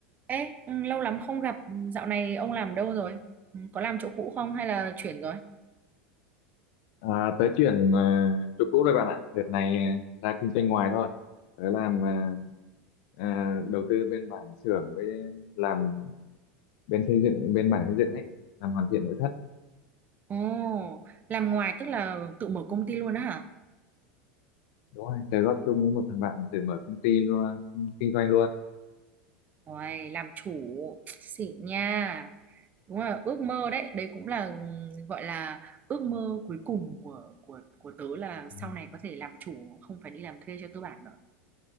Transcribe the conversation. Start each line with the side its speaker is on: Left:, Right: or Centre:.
Right: Ê, ừ, lâu lắm không gặp, Ừ, dạo này ông làm đâu rồi? Ừ, Có làm chỗ cũ không hay là chuyển rồi?
Left: À, tớ chuyển à, chỗ cũ rồi bạn ạ. Đợt này à, ra kinh doanh ngoài thôi. Tớ làm à, à, đầu tư bên mảng xưởng với làm bên xây dựng, bên mảng xây dựng ấy, làm hoàn thiện nội thất.
Right: Ồ, làm ngoài tức là tự mở công ty luôn á hả?
Left: Đúng rồi, tớ góp chung với một thằng bạn tự mở công ty luôn, kinh doanh luôn.
Right: Ôi, làm chủ, xịn nha. Đúng là ước mơ đấy, đấy cũng là ừ, gọi là ước mơ cuối cùng của của của tớ là sau
Left: Ừ.
Right: này có thể làm chủ, không phải đi làm thuê cho tư bản nữa.